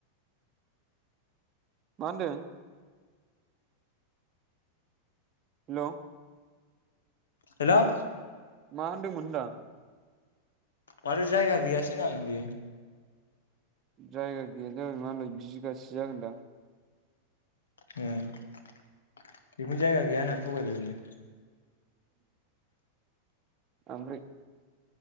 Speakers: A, on the right (about 30°); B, on the left (about 70°).
A: मा होनदों? हेल'
B: हेल'
A: मा होनदोंमोन होनदां
B: माथो जायगा गैया सो होनामोन बेयो।
A: जायगा गैया मालाय बिगासे जागोन दां।
B: उम्म बेखोनो जायगा गैया होननानै थगायबाय बियो।
A: ओमफ्राय